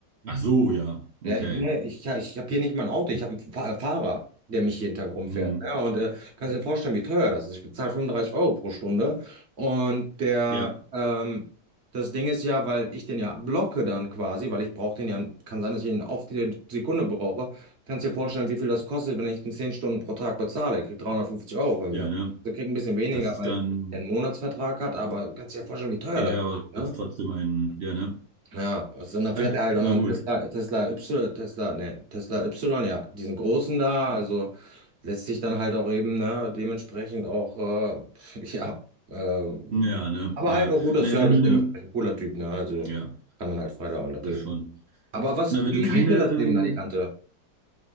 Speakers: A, on the right; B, on the right.
A: Ach so, ja.
B: ja,
A: Okay.
B: nee, ich, ja, ich habe hier nicht mal ein Auto, ich habe einen Fa- äh, Fahrer, der mich jeden Tag rumfährt.
A: Mhm.
B: Ja, und äh, kannst dir vorstellen, wie teuer das ist. Ich bezahle 35 Euro pro Stunde. Und der,
A: Ja,
B: ähm, das Ding ist ja, weil ich den ja blocke dann quasi, weil ich brauche den ja, kann sein, dass ich ihn auf die Sekunde brauche. Kannst dir vorstellen, wie viel das kostet, wenn ich den 10 Stunden pro Tag bezahle. Er kriegt 350 Euro von
A: ja,
B: mir.
A: ne?
B: Der kriegt ein bisschen weniger,
A: Das ist
B: weil
A: dann,
B: er einen Monatsvertrag hat, aber kannst dir ja vorstellen, wie teuer
A: ja,
B: das
A: ja,
B: ist.
A: aber
B: Ne?
A: das ist trotzdem ein, ja, ne?
B: Ja, also dann
A: Also,
B: fährt er halt
A: na
B: auch noch einen
A: gut.
B: Tesla, Tesla Y, Tesla, ne, Tesla Y, ja, diesen großen da, also lässt sich dann halt auch eben, ne, dementsprechend auch, äh, <laughs> ja, äh,
A: Ja, ne?
B: aber
A: Ja.
B: halt auch guter
A: Naja,
B: Service
A: wenn du eine,
B: dementsprechend, cooler Typ, ne, also
A: ja,
B: kann dann halt frei da alle
A: das
B: reden.
A: schon.
B: Aber was,
A: Na, wenn
B: wie,
A: du keine
B: wie ist denn das
A: ähm,
B: Leben in Alicante?